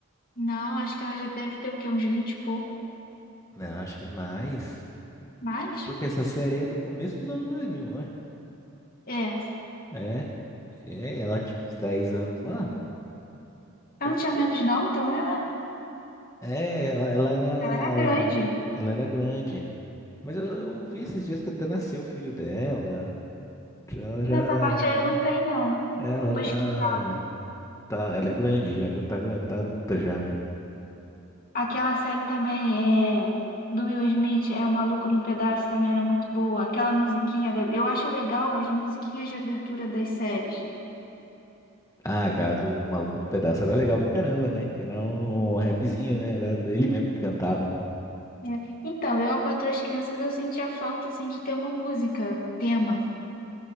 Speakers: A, on the left; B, on the left.
A: Não, acho que ela já deve ter o quê? Uns 20 e pouco.
B: Não, acho que mais.
A: Mas,
B: Porque essa série é do começo dos anos 2000, não é?
A: é.
B: É, é, ela tinha uns 10 anos lá.
A: Ela
B: Eu,
A: não tinha menos não, então ela,
B: É, ela, ela era, ela
A: ela era grande.
B: ela era grande. Mas eu, eu vi esses dias que até nasceu o filho dela. que Ela já,
A: Nessa parte aí eu não sei não.
B: é, ela
A: Vou pesquisar.
B: tá, tá, ela é grande já, tá, gran- tá adulta já, né?
A: Aquela série também é do Will Smith, é O Maluco no Pedaço, também era muito boa. Aquela musiquinha, da- eu acho legal as musiquinhas de abertura das séries.
B: Ah, cara, do Maluco no Pedaço era legal pra caramba, né? Que era um rapzinho, né? Era ele mesmo que cantava, né?
A: É. Então, eu, a Patroa e as Crianças, eu sentia falta, assim, de ter uma música, tema.